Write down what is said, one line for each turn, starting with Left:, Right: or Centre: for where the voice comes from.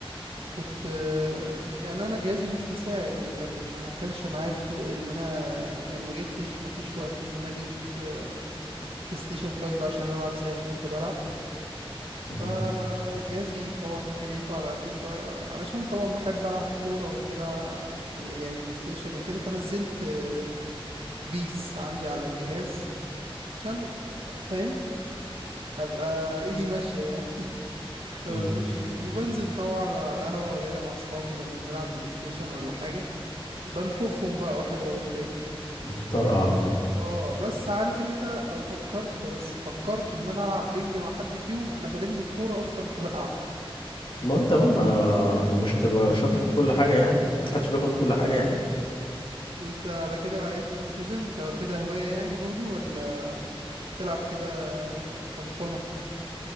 Right: كنت آه، يعني انا جهازي مش مساعد وكان ما كانش معايا بل- ان انا يعني ما جبتش ما فيش وقت ان انا اجيب آه، بلاي ستيشن 5 بقى عشان العب زي ما كنت بلعب
Left: تمام
Right: ف وجهازي طبعا امكانياته على قده فعلشان طبعا بحب العب كوره وكده ع- بل- يعني بلاي ستيشن وكده فنزلت آه، بيس عندي على الجهاز عشان آه، فاهم ابقى ايدي ماشيه يعني <laughs> بمشي
Left: مم.
Right: ايدي وبنزل طبعا على القهوه كده مع اصحابي لما بنلعب بلاي ستيشن ولا حاجه بنفخهم بقى واحد ورا التاني
Left: بتطرقع على طول
Right: اه بس عارف انت لو فكرت بس فكرت ان انا العب بينج مع حد فيهم انا بلم الكورة اكتر ما <laughs> بلعبها
Left: ما انت ما ما- مش هتبقى شاطر في كل حاجة يعني محدش بياخد كل حاجة يعني
Right: انت على كده لعيب بلاي ستيشن انت واخدها هواية يعني برضو ولا بتلعب كده فنفنة